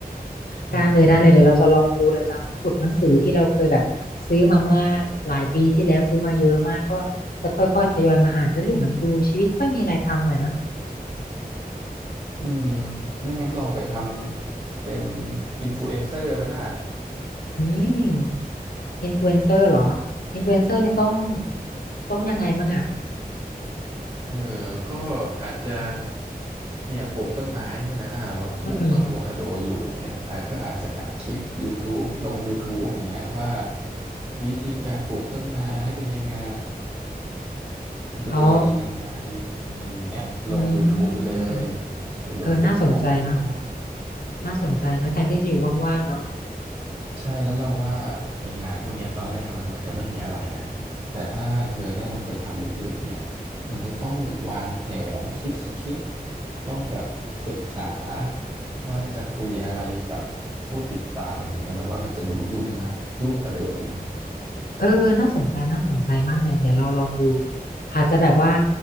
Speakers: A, on the left; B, on the right.
A: ได้เลยได้เลยเดี๋ยวเราจะลองดูเราจะขุดหนังสือที่เราเคยแบบซื้อมาเมื่อหลายปีที่แล้วซื้อมาเยอะมากก็จะค่อยๆทยอยมาอ่านจะได้อยู่เหมือนดูชีวิตค่อยมีอะไรทำหน่อยเนอะ
B: อืม อืมไม่งั้นลองไปทำเป็นอินฟลูเอนเซอร์ไหมล่ะ
A: อืมอินฟลูเอนเซอร์เหรออินฟลูเอนเซอร์นี่ต้องต้องยังไงมั่งอ่ะ
B: เออก็อาจจะเนี่ยปลูกต้นไม้ใช่ไหมล่ะเราปลูกต้นอะโวคาโดอยู่อย่างเงี้ยอาจก็อาจจะอัดคลิป
A: อืม
B: YouTube ลง YouTube อย่างเงี้ยว่าวิธีการปลูกต้นไม้เป็นยังไงดูแลยังไง
A: อ๋อ
B: อะไรอย่างเงี้ยลง
A: อื
B: YouTube ไปเลย
A: ม
B: หรือลง
A: เออน่าสนใจเนาะ
B: Facebook ก็ได้
A: น่าสนใจเนาะแทนที่จะอยู่ว่างๆเนาะ
B: ใช่แล้วเราว่าไองานพวกเนี้ยตอนแรกมันเหมือนจะไม่มีอะไรนะแต่ถ้าเธอได้ลงไปทำลึกๆเนี่ยมันจะต้องวางแผนคิดสคริปต์ต้องแบบศึกษาว่าจะคุยอะไรกับผู้ติดตามอะไรเงี้ยเราว่ามันจะดูยุ่งมากยุ่งกว่าเดิมอีกนะ
A: เออน่าสนใจ น่าสนใจมากเลยเดี๋ยวเราลองดูอาจจะแบบว่า